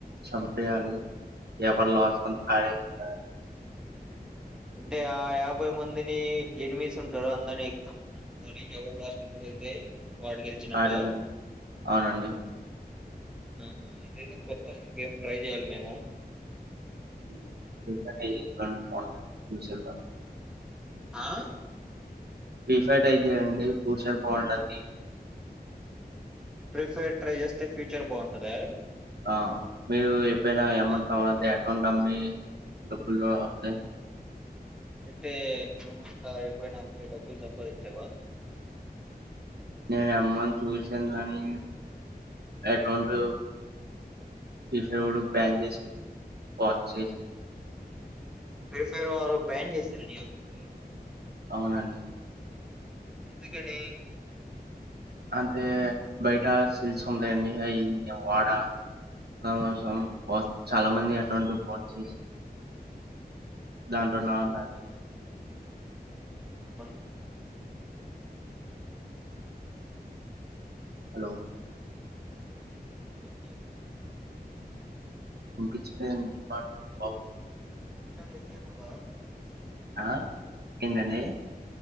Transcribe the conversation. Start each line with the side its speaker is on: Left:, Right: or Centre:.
Right: చంపేయాలి ఎవరి లాస్ అయితే
Centre: అంటే ఆ యాభై మంది అందరిని ఎనిమిస్ ఉంటారు అందరిని చంపుకుంటూ పోవాలి ఎవరు లాస్ట్ మిగిలితే
Right: <unintelligible>
Centre: వాడు గెలిచినట్ట
Right: అవునండి
Centre: ఆహా ఇదైదో కొత్తగుంది గేమ్ ట్రై చెయాలి మేము
Right: <inaudible>
Centre: ఆ
Right: ఫ్రీ ఫైర్ ట్రై చేయండి, హూషర్ బాగుంటది.
Centre: ఫ్రీ ఫైర్ ట్రై చేస్తే ఫ్యూచర్ బాగుంటదా
Right: ఆ మీరు ఎప్పుడైనా ఏమౌంట్
Centre: ఆ,
Right: కావాలంటే ఇంకా మీ డబ్బలు కూడా వస్తాయి
Centre: అంటే నువ్వు అట్టా ఎప్పుడైనా అన్ని డబ్బులు సంపాదించావా
Right: నేను అమ్మని చూసిన్ననీ, అకౌంట్ ఇంకెవడో బ్యాన్ చేసిండు వచ్చేసి
Centre: ప్రీ ఫైర్ ఎవరో బ్యాన్ చేసార నీ అకౌంట్?
Right: అవునండి.
Centre: ఎందుకనీ?
Right: అంటే బయట సిల్స్ ఉంటాయండి, అయి నేన్ వాడా. దానికోసం చాలా మంది అట్లాంటి ఫ్రాడ్ చేసిర్రు. దాన్ తో నా నెట్
Centre: బయట బయట బావున్నయి.
Right: హలో
Centre: బ్యాంక్ దాన్ ఏ టీ యం ఉందా?
Right: ఇన్పిచ్చుడే డిపార్ట్మెంట్ అవు
Centre: ఇట్లాంటియి ఎక్కియకూడద?
Right: ఆ? ఏంటండి?